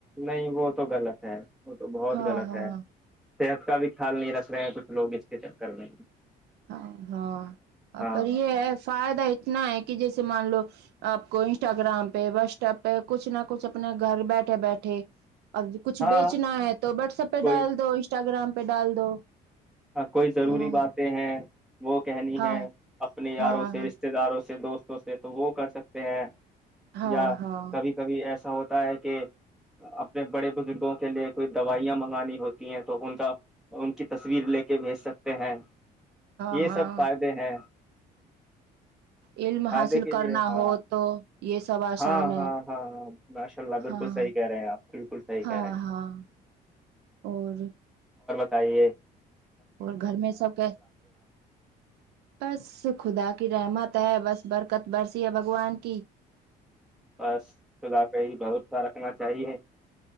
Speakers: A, in the centre; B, on the right.
A: نہیں وہ تو غلط ہے وہ تو بہت
B: ہاں
A: غلط
B: ہاں
A: ہے صحت کا بھی خیال نہیں رکھ رہے ہیں کچھ لوگ اس کے چکر میں
B: ہاں ہاں
A: ہاں
B: پر یہ ہے فائدہ اتنا ہے کہ جیسے سے مان لو آپ کو انسٹاگرام پہ واٹس ایپ پہ کچھ نہ کچھ اپنے گھر بیٹھے بیٹھے اب کچھ
A: ہاں
B: بیچنا ہے تو واٹسپ پہ
A: کوئی
B: ڈال دو انسٹاگرام میں ڈال دو
A: ہاں کوئی ضروری
B: ہاں
A: باتیں ہیں وہ کہنی
B: ہاں
A: ہے اپنے یاروں
B: ہاں
A: سے
B: ہاں
A: رشتے داروں سے اچھے دوستوں سے تو وہ کر سکتے ہیں
B: ہاں
A: یا
B: ہاں
A: کبھی کبھی ایسا ایا ہوتا ہے کہ اپنے بڑے بزرگوں کے لیے کوئی دوائیاں منگانی ہوتی ہیں تو ان کا ان کی تصویر لے کے کے بھیج سکتے ہیں یہ
B: ہاں ہاں
A: سب فائدے ہیں
B: علم
A: فائدے
B: حاصل
A: کے لیے
B: کرنا
A: ہاں
B: ہو تو یہ سب آسان
A: ہاں
B: ہے
A: ہاں ہاں ہاں ماشاء اللہ بالکل
B: ہاں
A: صحیح کہہ رہے ہیں آپ بالکل صحیح
B: ہاں
A: کہہ رہے ہیں
B: ہاں اور
A: تاہے
B: اور گھر میں سب کہ بس خدا کی رحمت ہے بس برکت برسی ہے بھگوان کی
A: بس خدا کا ہی بھروسہ رکھنا چاہیے